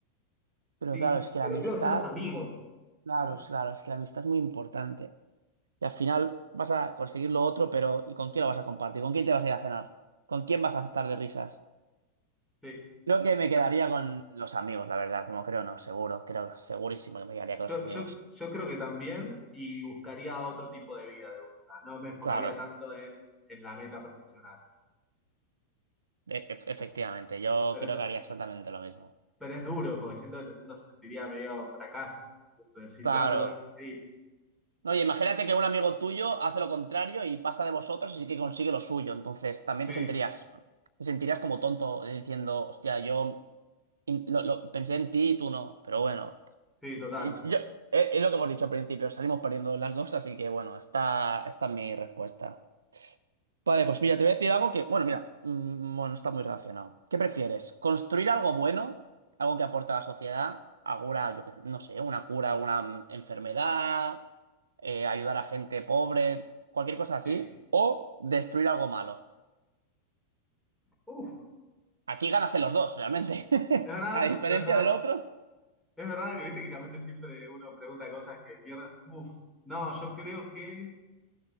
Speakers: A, on the right; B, in the centre.
A: pero
B: sí,
A: claro, es que
B: pero
A: la amistad,
B: creo que son los amigos.
A: claro,
B: ¿verdad?
A: es- claro, es que la amistad es muy importante. Y al final vas a conseguir lo otro, pero ¿y con quién lo vas a compartir? ¿Con quién te vas a ir a cenar? ¿Con quién vas a estar de risas?
B: Sí.
A: Creo que me quedaría
B: Ah,
A: con los amigos, la verdad. No creo, no, seguro. Creo, segurísimo que me quedaría con los
B: Yo,
A: amigos.
B: yo, yo creo que también y buscaría otro tipo de vida de última. No me enfocaría
A: Claro,
B: tanto en, en la meta profesional.
A: e- e-
B: Pero,
A: efectivamente. Yo
B: pero
A: creo
B: es,
A: que haría exactamente lo mismo.
B: pero es duro porque siento que uno se sentiría medio fracaso en algún punto. De Decir,
A: Claro.
B: claro, no lo voy a conseguir.
A: Oye, imagínate que un amigo tuyo hace lo contrario y pasa de vosotros y sí que consigue lo suyo. Entonces también
B: Sí,
A: te sentirías, te sentirías como tonto eh, diciendo, hostia, yo in- lo- lo- pensé en ti y tú no. Pero bueno,
B: sí, total.
A: es, yo- es- es lo que hemos dicho al principio. Salimos perdiendo las dos, así que bueno, esta, esta es mi respuesta. Vale, pues mira, te voy a decir algo que, bueno, mira, mm, bueno, está muy relacionado. ¿Qué prefieres? ¿Construir algo bueno? ¿Algo que aporta a la sociedad? ¿Alguna, yo qué sé, no sé, una cura, una mm, enfermedad? eh, ¿ayudar a gente pobre? Cualquier cosa así.
B: Sí.
A: ¿O destruir algo malo?
B: Uf,
A: Aquí ganas en los dos, realmente. <laughs>
B: es verdad,
A: A diferencia
B: es verdad.
A: del otro.
B: Es verdad que viste que realmente siempre uno pregunta cosas que pierden. Uf, no, yo creo que